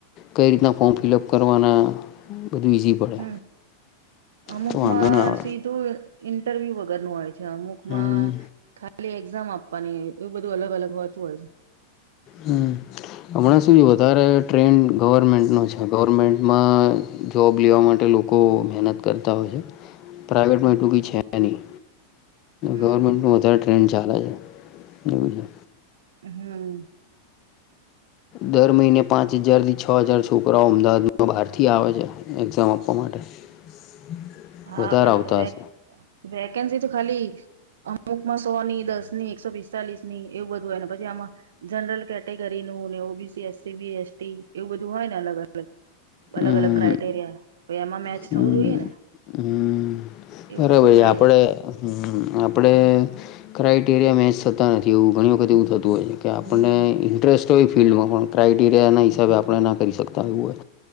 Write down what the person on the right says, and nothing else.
હમ અમુકમાં
સીધ શું ઈન્ટરવ્યુ વગર નું હોય છે, અમુકમાં
ખાલી એક્ઝામ આપ ની એવું બધું અલગ અલગ હોતું હોય છે.
હમ
હમ.
હા પણ
વ વેકેન્સી તો ખાલી અમુક માં સો ની દસ ની એકસો પિસ્તાલીસ ની એવું બધું હોય ને પછી આમાં. જનરલ કેટેગરીનું ઓબીસી એસસી બી-એસટી એવું બધું હોય ને અલગ અલગ. અલગ
અલગ ક્રાઈટેરિયા તો એમાં મેચ
થવું જોઈએ ને.
એવું
બધું થાય
છે.
હમ